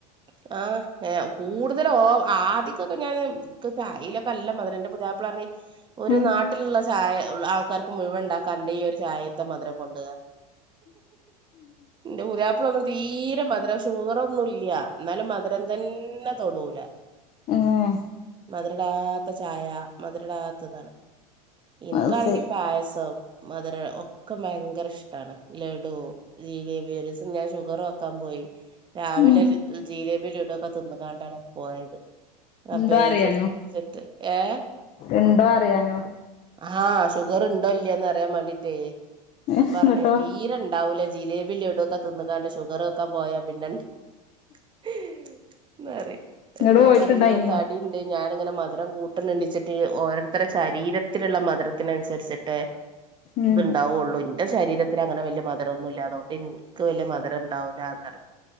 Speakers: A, on the right; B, on the left.
A: <unintelligible> ആ ഏ കൂടുതല ഓ ആദ്യക്കൊക്കെ ഞാൻ ചായലൊക്കെ അല്ല മധുരന്റെ പുര്യപ്പിള പറ ഒരു
B: ഉം
A: നാട്ടിലുള്ള ചായ ആൾക്കാർക്ക് മുഴുവൻണ്ടാക്കാ എന്റെ ഈ ഒരു ചായത്തെ മധുരം കൊണ്ട എന്റെ പുതിയാപ്പളൊന്നും തീരെ മധുര ശുകറൊന്നുംല്ലാ എന്നാലും മധുരം തന്നെ തൊടൂല
B: ഏഹ്
A: മധുര ഇടാത്ത ചായ മധുര ഇടാത്തതാണ് ഇൻ
B: അത്
A: ക്കാണെങ്കിൽ
B: സരി
A: പായസം മധുരം ഒക്കെ ഭയങ്കര ഇഷ്ടമാണ് ലഡു ജിലേബി ഒരു ദിവസം ഞാൻ ഷുഗറോ ക്കാൻ പോയി രാവിലെ
B: ഉം
A: ജിലേബി ലഡു ഇടൊക്കെ തിന്നുകാണ്ടാണ് പോയത് റബേ
B: ഇണ്ടോ അറിയാനോ
A: ചിർച്ചിട് ഏ
B: ഇണ്ടോ അറിയാനോ
A: ആഹ ശുഗർണ്ടോല്യേന്നർ ര്യാൻ വേണ്ടിട്ടേ അപ്പ
B: ഇങ്ങട്ടോ
A: പറഞ്ഞ തീര ഉണ്ടാവൂല ജിലേബിടൊക്കെ തിന്ന അതാണ്ട് ഷുഗറോക്കാൻ പോയാ പിന്നെ എന്നാറി
B: ഇങ്ങട്
A: ഞാൻ
B: പോയിട്ടുണ്ടായിനോ
A: പറയും ഇങ്ങളെ തടിണ്ട് ഞാനിങ്ങനെ മധരം കൂട്ടുന്നുണ്ടച്ചിട്ട് ഓരോരുത്തരുടെ ശരീരത്തിലുള്ള മധുരത്തിനുസരിച്ചിട്ട്
B: ഉം
A: ഇത്ണ്ടാവുള്ളൂ എന്റെ ശരീരത്തിൽ അങ്ങനെ വലിയ മധുരൊന്നും ഇല്ല അതുകൊണ്ട് എനിക്ക് വലിയ മധുര ഉണ്ടാവില്ലന്ന്റ